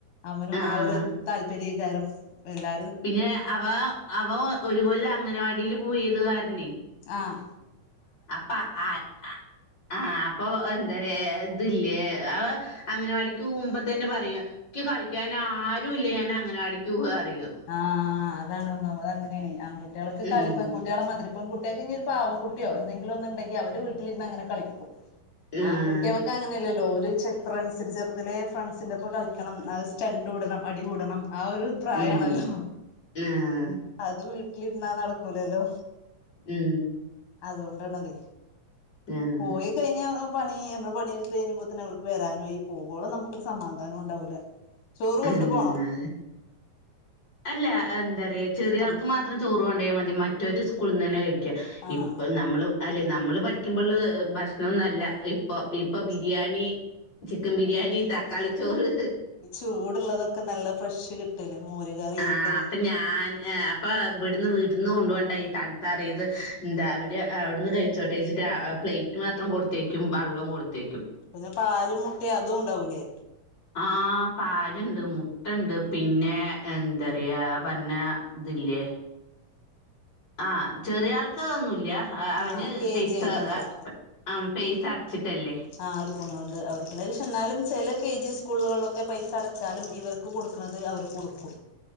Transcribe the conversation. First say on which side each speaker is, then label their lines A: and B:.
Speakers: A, on the left (about 70°); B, on the left (about 30°).
A: അവനും
B: ആഹ്
A: ആ ഒരു താല്പര്യക്കാരം എല്ലാ
B: പിന്നെ അവ അവ ഒരു കൊല്ലം അങ്ങനവാടിൽ പോയിയത്കാരണേ.
A: ആഹ
B: അപ്പാ ആ ആ ആഹ അപ്പൊ എന്താരെ ഇതിലെ അവ അങ്ങനവാടിക്ക് പോകുമ്പോ തന്നെ പറയയും. എക്ക് കളിക്കാൻ ആരുല്ല ഞാൻ അങ്ങനവാടിക്ക് പോവാ റിയോ.
A: ആഹ്താണ് നമ്മത് അങ്ങനെയണ ആ കുട്ടികൾക്ക്
B: ഉം
A: കളിപ് പെൺ പെൺകുട്ടികള മാതിരി കുട്ടിയൊക്കെ ഒരു പാവ കുട്ടിയോ എന്തെങ്കിലും ഒന്നണ്ടെങ്കിഅവര് വീട്ടിരുന്ന് അങ്ങെനെ കളിക്കും.
B: ആഹ്
A: ആൺകുട്ടികൾക്ക് അങ്ങനെയല്ലല്ലോ ഒരു ചെ ഫ്രണ്ട്സി ചെറുതലെ ഫ്രണ്ട്സിന്റെറെ ഇപ്പ കളിക്കണം സ്റ്റണ്ട് കൂടണം അടി കൂടണം ആ ഒരു പ്രായാണ്.
B: ഉം
A: ല്ലോ
B: ആഹ്
A: അത് വീട്ടിലിന്ന നടക്കൂലല്ലോ.
B: ഉം
A: അതുകൊണ്ടാണ്ത
B: ആഹ്
A: പോയി കഴിഞ്ഞാൽ പണി നമ്മടെ പണിെടുത്ത് കഴിഞ്ഞുമ്പോ തന്നെ അവർക്ക് വേറെആരുമായി പോകുമ്പോള് നമുക്കരുസമാധാനവും ഉണ്ടാവൂല്ല. ചോറ്
B: ഉം
A: കൊണ്ടു പോണം.
B: അല്ല എന്താ പറയ ചെറിയ
A: സ്കൂളിന്ന്
B: ആൾക്ക് മാത്രം ചോറ് കൊണ്ട്ടോയ മതി മറ്റവരു സ്കൂളിൽ നിന്ന് തന്നെ കഴി
A: ആഹ്
B: ഇപ്പ നമ്മള് അല്ലേ നമ്മള് പഠിക്കുമ്പോള് ഭക്ഷണംന്നുംല്ല. ഇപ്പൊ ഇപ്പൊ
A: ഓ
B: ബിരിയാണി
A: ഓ
B: ചിക്കൻ ബിരിയാണി തക്കാളി
A: ഓ
B: ചോറ്.
A: ചൂടുള്ളതൊക്കെ നല്ല ഫ്രഷ് കിട്ടൂലേ മോര് കറിയായിട്ടും.
B: ആഹ് അപ്പൊ ഞാൻ അപ്പൊ ഇവിടുന്ന് വീട്ടീന്ന് കൊണ്ട പോവണ്ട ഈ തക്കറീത് എന്താ
A: ആ
B: അവയ് അവിടെന്ന് കഴിച്ചോട്ടേച്ചിട്ട് പ്ലേറ്റ് മാത്രം കൊടുത്തേക്കും വെള്ളവും കൊടുത്തേക്കും.
A: പിന്നെ പാലും മുട്ടയും അതും ഉണ്ടാവൂലേ.
B: ആഹ് പാലുണ്ട് മുട്ട ഉണ്ട് പിന്നെ എന്താ പറയാ ഇതില്ലേ.
A: <inaudible>
B: ആഹ് ചെറിയാൾക്ക് ഒന്നുല്ല. അ അവന്
A: ആഹ് കെ
B: പൈസ
A: ജി ചെയ്തോണ്ടില്ലേ
B: ആ അം പൈസ അട്ച്ചിട്ടല്ലേ.
A: ആ അടുക്കുണുണ്ട് അവർക്ക് പക്ഷെ എന്നാലും ചില കെ ജി സ്കൂളുകൾലൊക്കെ പൈസ അടച്ചാലും ഇവർ. ക്ക് കൊട്ക്കുണത് അവര് കൊടുക്കും.